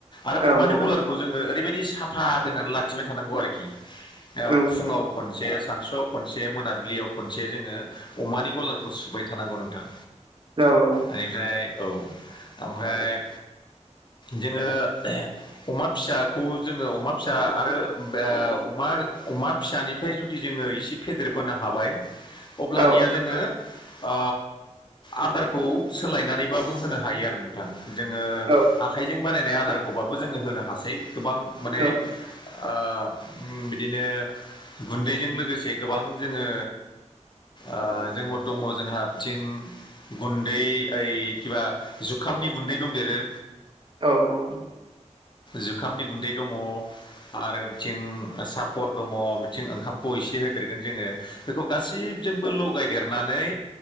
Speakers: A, on the left; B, on the right.
A: आरो
B: औ
A: अमानि
B: नंगौ
A: गलारखौ जोङो ओरैबायदि साफा दोननानै लाखिबाय थानांगौ आरोखि ओ
B: नंगौ नोंथां
A: फुङाव खनसे सानसुआव खनसे मोनाब्लियाव खनसे जोङो अमानि गलार खौ सुबायथानांगौ नोंथां
B: औ औ
A: ओनिफ्राय औ आमफ्राय जोङो अमा फिसाखौ जोङो अमा फिसा आरो बे अमा अमा फिसानिफ्राय जुदि जोङो इसे फेदेरबोनो हाबाय अब्लानिया
B: औ
A: जोङो ओ आदारखौ सोलायनानैबाबो होनो हायो आरो नोंथां जोङो
B: औ
A: आ खाइजों बानायनाय आदारखौबाबो जोङो होनो हासै गोबां माने
B: औ
A: ओ बिदिनो गुन्दैजों लोगोसे गोबां जोङो आ जोङो दङ जोंहा बिथिं गुन्दै ओइ किबा जुखामनि गुन्दै दंदेरो
B: औ नंगौ
A: जुखामनि गुन्दै दङ आरो बिथिं सापर दङ बिथिं ओंखामखौ एसे होदेरगोन जोङो बेखौ गासिबजोंबो लगायदेरनानै